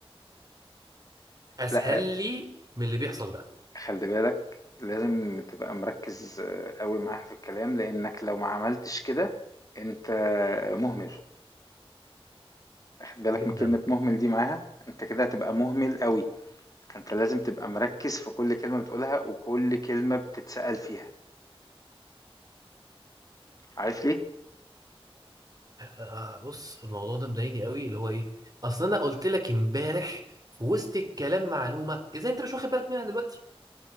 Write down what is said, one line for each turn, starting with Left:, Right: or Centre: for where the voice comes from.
Right: اسهل
Left: لا
Right: لي من اللي بيحصل ده
Left: خلي بالك لازم تبقى مركز آه، قوي معاها في الكلام لانك لو ما عملتش كده انت مهمل واخد بالك
Right: جدا
Left: من كلمة مهمل دي معاها انت كده هتبقى مهمل قوي فانت لازم تبقى مركز في كل كلمة بتقولها وكل كلمة بتتسأل فيها عارف ليه؟
Right: آه، بص الموضوع ده مضايقني قوي اللي هو ايه اصل انا قلت لك امبارح في وسط الكلام معلومه ازاي انت مش واخد بالك منها دلوقتي